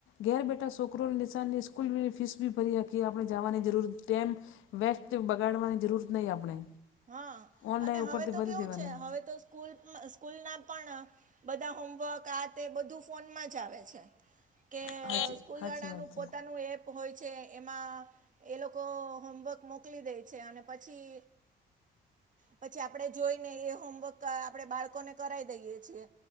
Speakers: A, on the left (about 85°); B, on the right (about 40°).
A: ઘેર બેઠા છોકરોની નિશાનની સ્કૂલ બની ફીસ બી ભરી રાકીીએ આપણે જવાની જરૂર ટટેમ વેસ્ટ બગાડવાની જરૂરત નહીં આપણે
B: હા
A: ઓનલાઈન
B: અને
A: ઉપરથી
B: હવે તો
A: ભરી
B: કેવું
A: દેવાની
B: છે હવે તો સ્કૂલ સ્કૂલ ના પણ બધા હોમવર્ક આ તે બધું ફોનમાં જ આવે છે કે
A: હાચી
B: સ્કૂલવાળાનું
A: હાચી વાત છે
B: પોતાનું એપ હોય છે એમાં એ લોકો હોમવર્ક મોકલી દે છે અને પછી પછી આપડે જોઈ ને એ હોમવર્ક આપડે બાળકોને કરાવી દઈએ છીએ